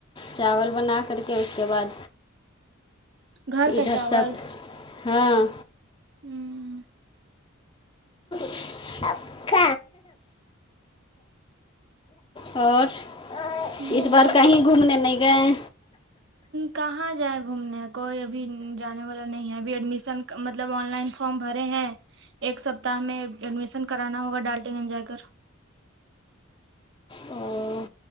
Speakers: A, on the left; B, on the right.
A: چاول بنا کر کے اس کے بعد
B: گھر کا
A: ادھر
B: چاول
A: سب ہاں
B: ہوں
A: اب اور
B: ہوں
A: اس بار کہیں گھومنے نہیں گئے
B: کہاں جائ گھومنے کوئی ابھی جانے والا نہیں ہے ابھی ایڈمیشن مطلب آن لائن فارم بھرے ہیں ایک سپتاہ میں ایڈمیشن کرانا ہوگا ڈالٹے گن جا کر
A: او،